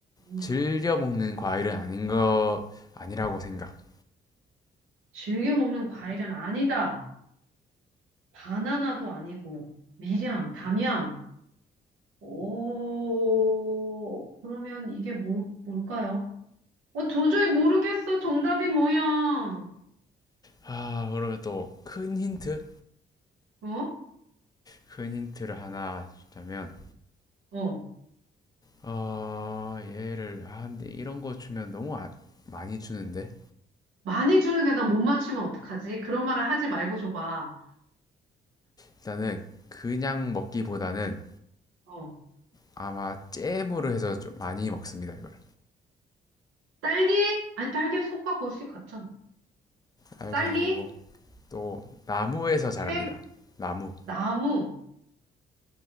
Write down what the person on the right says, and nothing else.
아니야.
즐겨 먹는 과일은 아니다. 바나나도 아니고, 밀양, 담양. 오, 그러면 이게 뭘, 뭘까요? 어, 도저히 모르겠어. 정답이 뭐야?
어?
어.
많이 주는데 나 못 맞추면 어떡하지? 그런 말을 하지 말고 줘봐.
어.
딸기? 아니, 딸기는 속과 겉이 같잖아.
딸기,
잼,
나무,